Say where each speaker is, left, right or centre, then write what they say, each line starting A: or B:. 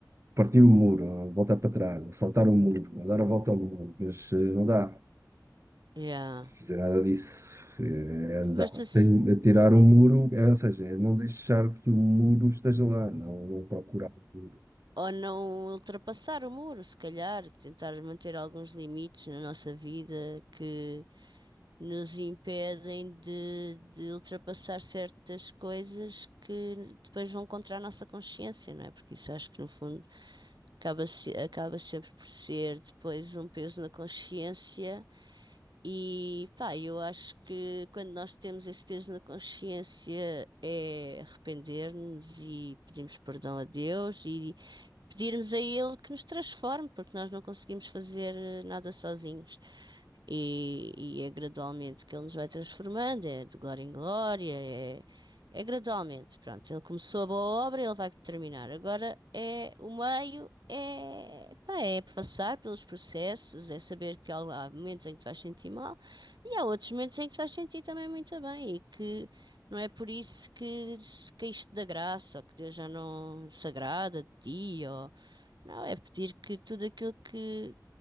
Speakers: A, on the right; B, on the right.
A: partir o muro, ou voltar para trás, ou saltar o muro, ou dar a volta ao muro, mas eh, não dá
B: yeah.
A: fazer nada disso. eh, É andar
B: Mas tu,
A: sem
B: se-
A: atirar um muro, é, ou seja, é não deixar que o muro esteja lá, não, não procurar o muro.
B: ou não ultrapassar o muro, se calhar, tentar manter alguns limites na nossa vida que nos impedem de, de ultrapassar certas coisas que depois vão contra a nossa consciência, não é? Porque isso acho que no fundo acaba, se- acaba sempre por ser depois um peso na consciência E pá, eu acho que quando nós temos esse peso na consciência é arrepender-nos e pedimos perdão a Deus e pedirmos a Ele que nos transforme, porque nós não conseguimos fazer eh, nada sozinhos. E, e é gradualmente que Ele nos vai transformando, é de glória em glória, é, é gradualmente. Pronto, Ele começou a boa obra, Ele vai terminar. Agora é o meio, é, pá, é passar pelos processos, é saber que há há momentos em que tu vais sentir mal e há outros momentos em que tu vais sentir também muito bem e que não é por isso que se caíste da graça ou que Deus já não se agrada de ti ou não, é pedir que tudo aquilo que.